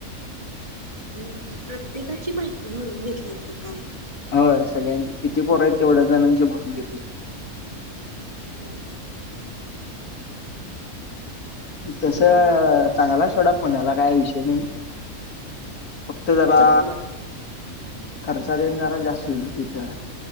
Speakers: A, on the right; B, on the left.
A: ह, प्रत्येकाची माहिती भरून घेतलयात. की काय?
B: हो, सगळ्यां किती पोर आहेत, तेवढ्या जणांचे भरून घेतले.
A: हम्
B: तसं
A: मग
B: चांगला हाय, सोडा पुण्याला, काय विषय नाही. फक्त जरा
A: जाऊन बघ
B: खर्च तेन जरा जास्त होईल तिथं.